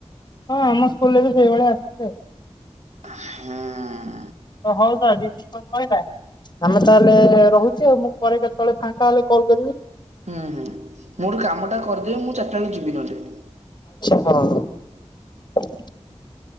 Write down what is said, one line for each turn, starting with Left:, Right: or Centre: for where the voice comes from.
Left: ହଁ ଆମ ସ୍କୁଲରେ ତ ସେଇଭଳିଆ ଆସିଛି ଆଉ
Right: ହୁଁ।
Left: ହଉ <unintelligible> ସଇଲା ଆମେ ତାହେଲେ ରହୁଛି ଆଉ ମୁଁ ପରେ କେତେବେଳେ ଫାଙ୍କା ହେଲେ କଲ କରିବେ।
Right: ହୁଁ ହୁଁ ମୋର କାମ ଟା କରିଦେଏ ମୁଁ ଚାରି ଟା ବେଳକୁ ଯିବି ନ ଦେବି।
Left: ହଁ।